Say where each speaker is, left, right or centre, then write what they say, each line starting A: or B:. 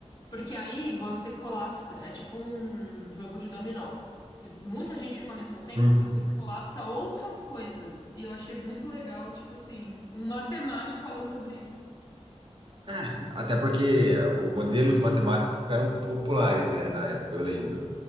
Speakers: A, on the left; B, on the right.
A: Porque aí você colapsa, é tipo um jogo de dominó. Se muita gente fica ao mesmo tempo,
B: Hum.
A: você colapsa outras coisas. E eu achei muito legal, tipo assim, um matemático falando sobre isso.
B: É, até porque os modelos matemáticos ficaram populares, né, na época, eu lembro.